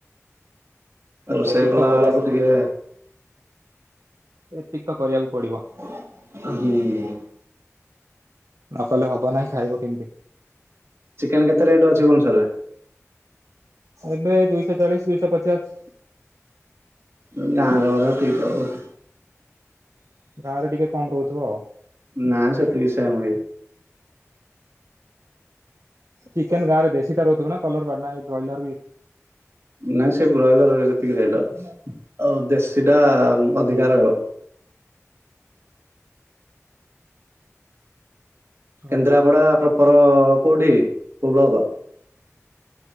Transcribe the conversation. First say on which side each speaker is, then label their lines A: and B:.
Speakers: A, on the right; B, on the right.
A: ରୋଷେଇ
B: ଏତିକି
A: କଲା
B: ତ କରିବାକୁ
A: ବେଳକୁ ଟିକେ
B: ଏତିକି ତ କରିବାକୁ ପଡିବ।
A: <unintelligible>
B: ନକଲେ ହବ ନାହିଁ ଖାଇବ କେମିତି?
A: ଚିକେନ କେତେ ରେଟ ଅଛି ଭୁବେନେଶ୍ବରେ?
B: ଏବେ ଦୁଇଶହ ଚାଳିଶ ଦୁଇଶହ ପଚାଶ।
A: <unintelligible>
B: ଗାଁ ରେ ଟିକେ କମ ରହୁଥିବ।
A: ନାଁ ସତି ବିଷୟ ମଇ।
B: ଚିକେନ ଗାଁରେ ଦେଶୀ ଟା ରହୁଥିବ ନା କଲର ବାଲା ବ୍ରଏଲର ମି।
A: ନାଇ ସେ ବ୍ରୟଲ ସେତିକି ରହିଲ ଆଉ ଦେଶୀଟା ଅଧିକା ରହିବ। କେନ୍ଦ୍ରାପଡ଼ା
B: ଓହୋ
A: ପ୍ରପର କୋଉଁଠି କୋଉ ବ୍ଲକ?